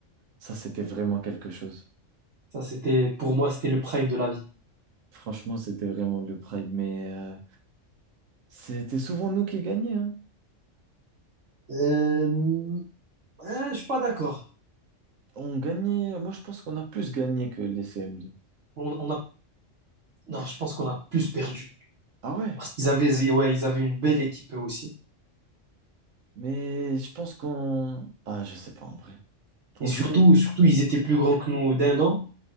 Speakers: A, on the right; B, on the right.
A: Ça, c'était vraiment quelque chose.
B: ça c'était, pour moi, c'était le prime de la vie.
A: Franchement, c'était vraiment le prime. Mais euh, c'était souvent nous qui gagnions. hein.
B: Euh, euh, je suis pas d'accord.
A: On gagnait. Moi, je pense qu'on a plus gagné que les CM2.
B: On, on a Non, je pense qu'on a plus perdu.
A: Ah ouais,
B: Parce qu'ils avaient, ouais, ils avaient une belle équipe eux aussi.
A: mais je pense qu'on. Ah, je sais pas en vrai.
B: Et
A: On
B: surtout,
A: jouait mieux.
B: surtout, ils étaient plus grands que nous d'un an.